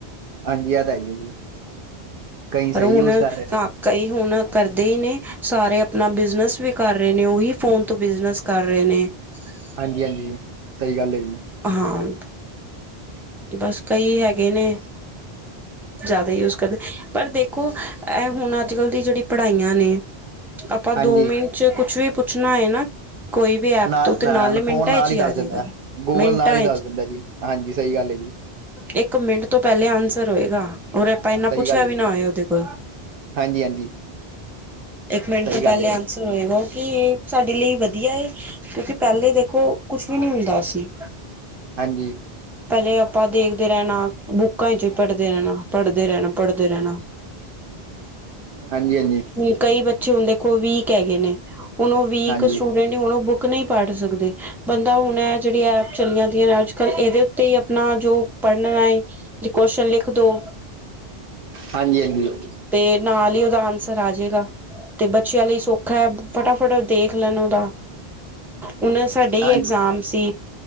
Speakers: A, on the right; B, in the centre.
A: ਹਾਂਜੀ ਐ ਤਾ ਹੈਗੀ ਏ ਜੀ, ਕਈਂ
B: ਪਰ
A: ਸਈ
B: ਹੁਣ
A: ਯੂਜ਼ ਕਰ ਰਏ ਨੇ
B: ਹਾਂ ਕਈ ਹੁਨ ਕਰਦੇ ਈ ਨੇ, ਸਾਰੇ ਆਪਨਾ ਬਿਜ਼ਨਸ ਵੀ ਕਰ ਰਏ ਨੇ ਓਹੀ ਫੋਨ ਤੋਂ ਬਿਜ਼ਨਸ ਕਰ ਰਏ ਨੇ। <unintelligible>
A: ਹਾਂਜੀ, ਹਾਂਜੀ ਸਈ ਗੱਲ ਏ ਜੀ।
B: ਹਾਂ। ਬਸ ਕਈ ਹੈਗੇ ਨੇ ਜੇਆਦਾ ਈ ਯੂਜ਼ ਕਰਦੇ, ਪਰ ਦੇਖੋ ਐ ਹੁਨ ਅੱਜ-ਕੱਲ ਦੀ ਜੇੜੀ ਪੜ੍ਹਾਈਆਂ ਨੇ ਆਪਾਂ ਦੋ
A: ਹਾਂਜੀ
B: ਮਿੰਟ ਚ ਕੁਛ ਵੀ ਪੁੱਛਨਾ ਹੋਏ ਨਾ ਕੋਈ ਵੀ ਐਪ
A: ਨਾ,
B: ਤੋਂ ਤੇ
A: ਨਾ
B: ਨਾਲੇ ਮਿੰਟਾਂ
A: ਫੋਨ ਨਾਲੀ਼
B: ਵਿੱਚ ਹੀ ਆ
A: ਦੱਸ
B: ਜਾਏਗਾ
A: ਦਿੰਦਾ, ਗੂਗਲ਼
B: ਮਿੰਟਾਂ
A: ਨਾਲ਼ ਈ ਦੱਸ ਦਿੰਦਾ ਜੀ। ਹਾਂਜੀ, ਸਈ ਗੱਲ ਐ ਜੀ।
B: ਏਕ ਮਿੰਟ ਤੋਂ ਪੈਲੇ ਆਂਸਰ ਹੋਏਗਾ ਤਾ ਏਨਾ
A: ਸਹੀ
B: ਪੁਛੇਆ
A: ਗੱਲ ਹੈ
B: ਵੀ ਨਾ
A: ਜੀ
B: ਹੋਏ ਓਦੇ ਕੋਲ।
A: ਹਾਂਜੀ ਹਾਂਜੀ
B: ਏਕ ਮੇਂਟ
A: ਸਹੀ
B: ਤੋਂ ਪੈਲੇ
A: ਗੱਲ ਹੈ ਜੀ
B: ਆਂਸਰ ਹੋਏਗਾ, ਕੀ ਏ ਸਾਡੇ ਲਈ ਵਦੀਆ ਏ? ਕਿਊਕੀ ਪੈਲੇ ਦੇਖੋ, ਕੁਛ ਵੀ ਨੀ ਹੁੰਦਾ ਸੀ।
A: ਹਾਂਜੀ।
B: ਪੈਲੇ ਆਪਾ ਦੇਖਦੇ ਰੈਨਾ, ਬੁੱਕਾਂ ਈਚੋ ਪੜਦੇ ਰੈਨਾ ਪੜਦੇ ਰੈਨਾ ਪੜਦੇ ਰੈਨਾ,
A: ਹਾਂਜੀ ਹਾਂਜੀ
B: ਹੁਨ ਕਈ ਬੱ ਵੀਕ ਹੈਗੇ ਨੇ, ਹੁਨ ਓ ਵੀਕ
A: ਹਾਂਜੀ
B: ਸੂਟੂੜਂਟ ਹੁਣ ਓ ਬੁੱਕ ਨਈ ਪੜ ਸਕਦੇ। ਬੰਦਾ ਹੁਨ ਐ ਜੇੜੀ ਐਪ ਚਲੀਯਾ ਦੀਆਂ ਨੇ ਅੱਜ-ਕੱਲ, ਏਦੇ ਤੇ ਈ ਅਪਣਾ ਜੋ ਪਡਨਾ ਏ ਜੀ ਕੋਸ਼ਨ ਲਿਖ ਦੋ
A: ਹਾਂਜੀ, ਹਾਂਜੀ।
B: ਤੇ ਨਾਲ ਈ ਓਦਾ ਆਂਸਰ ਆ ਜੇਗਾ, ਤੇ ਬੱਚੇਆਂ ਲਈ ਸੌਖਾ ਐ ਫਟਾਫਟ ਦੇਖ ਲੈਨ ਓਦਾ ਹੂਨ ਸਾਡੇ
A: ਹਾਂਜੀ
B: ਈ ਐਗਜਾ਼ਮ ਸੀ,